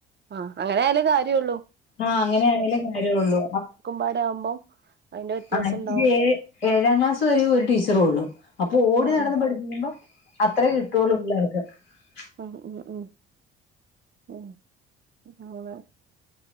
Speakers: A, on the right (about 35°); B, on the left (about 80°).
A: അ അങ്ങനായാലെ കാര്യുള്ളു
B: ആ അങ്ങനെആൻകിലെ കാര്യൊള്ളു
A: പാടെ ആവുമ്പം അയിന്റെ വ്യത്യാസം
B: <unintelligible>
A: ഉണ്ടാവും
B: ഏയാംക്ലാസ് വരെ ഒരു ടീച്ചറുള്ളു അപൊ ഓടിനടന്ന്
A: ആഹ്
B: പഠിപ്പികുമ്പം അത്രെ കിട്ടൊള്ളു <unintelligible> <unintelligible>
A: ഉം ഉം ഉം ഉ ആവെ